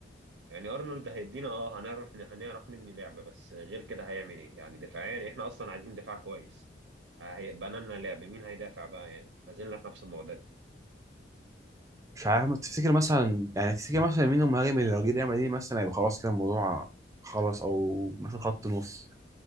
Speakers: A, on the right; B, on the right.
A: يعني ارنولد هيدينا اه هنعرف هنعرف نبني لعبه بس غير كده هيعمل ايه يعني دفاعيا احنا اصلا عايزين دفاع كويس آه، هيبقى لنا لعب مين هيدافع بقى يعني ما زلنا في نفس المعضله
B: مش عارف ما تفتكر مثلا يعني تفتكر مثلا مين المهاجم اللي لو جه ريال مدريد مثلا هيبقى خلاص كده الموضوع خلاص او مثلا خط نص